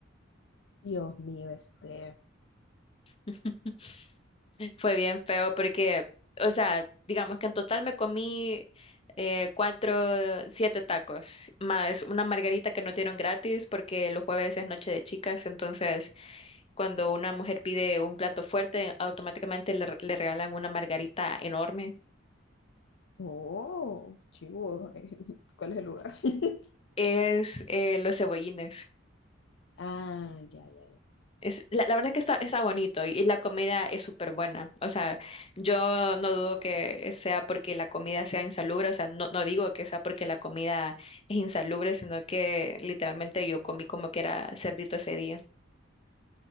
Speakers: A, on the left; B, on the left.
A: Dios mío, este.
B: <laughs> Fue bien feo porque, o sea, digamos que en total me comí eh, cuatro, siete tacos, más una margarita que no dieron gratis porque los jueves es noche de chicas, entonces cuando una mujer pide un plato fuerte, automáticamente le, le regalan una margarita enorme.
A: Oh, chivo. <laughs> ¿Cuál es el lugar? <laughs>
B: Es eh, los cebollines.
A: Ah, ya, ya, ya.
B: Es, la, la verdad que está, está bonito y, y la comida es súper buena. O sea, yo no dudo que sea porque la comida sea insalubre. O sea, no, no digo que sea porque la comida es insalubre, sino que literalmente yo comí como que era cerdito ese día.